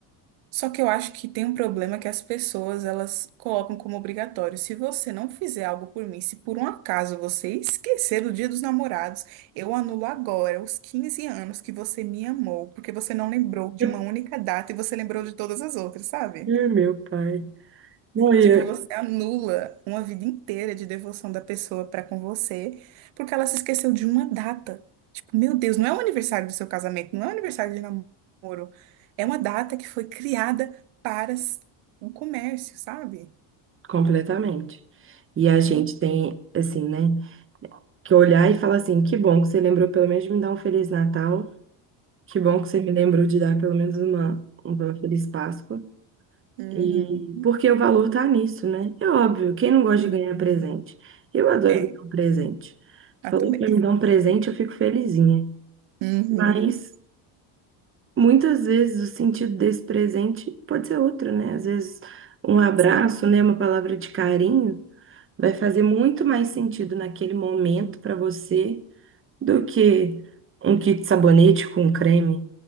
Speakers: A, on the right; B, on the right.
A: Só que eu acho que tem um problema que as pessoas elas colocam como obrigatório. Se você não fizer algo por mim, se por um acaso você esquecer do Dia dos Namorados, eu anulo agora os 15 anos que você me amou, porque você não lembrou de
B: <laughs>
A: uma única data e você lembrou de todas as outras, sabe?
B: É, meu pai. Morria
A: Tipo, você anula uma vida inteira de devoção da pessoa pra com você, porque ela se esqueceu de uma data. Tipo, meu Deus, não é o aniversário do seu casamento, não é o aniversário de namoro. É uma data que foi criada para s- o comércio, sabe?
B: completamente. E a gente
A: Meu Deus.
B: tem, assim, né, que olhar e falar assim: que bom que você lembrou pelo menos de me dar um Feliz Natal, que bom que você me lembrou de dar pelo menos uma, uma Feliz Páscoa.
A: Uhum.
B: E porque o valor tá nisso, né? É óbvio, quem não gosta
A: Sim.
B: de ganhar presente? Eu adoro
A: É,
B: ganhar um presente.
A: ah,
B: Falou
A: também.
B: pra me dar um presente, eu fico felizinha.
A: Uhum.
B: Mas muitas vezes o sentido desse presente pode ser outro, né? Às vezes um abraço,
A: Sim,
B: né, uma palavra de carinho vai fazer muito mais sentido naquele momento para você do que um kit de sabonete com creme,